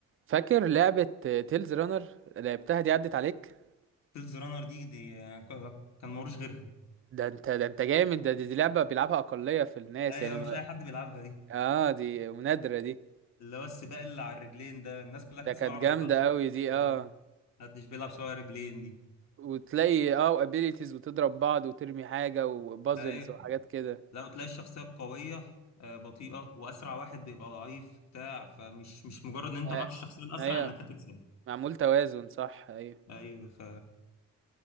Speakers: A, on the right; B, on the left.
A: فاكر لعبة تيلز رانر لعبتها دي عدت عليك
B: تيلز رانر دي دي آه، ك- كان ملوش غيرها
A: ده انت ده انت جامد ده دي, دي لعبة بيلعبها أقلية في الناس
B: ايوه
A: يعني
B: مش
A: ما-
B: اي حد بيلعبها دي
A: اه دي نادرة دي
B: اللي هو السباق اللي على الرجلين ده الناس كلها كانت
A: ده
B: سباق
A: كانت
B: عربيات
A: جامدة قوي دي اه
B: أيوة. محدش بيلعب سباق رجلين دي
A: وتلاقي اه ابيليتيز وتضرب بعض وترمي حاجة وبازلز
B: ايوه
A: وحاجات كده
B: لا تلاقي الشخصيه القويه آه، بطيئه واسرع واحد بيبقى ضعيف بتاع فمش مش مجرد ان انت
A: آه
B: معاك الشخصيه الاسرع
A: ايوه
B: انك هتكسب
A: معمول توازن صح ايوه
B: ايوه ف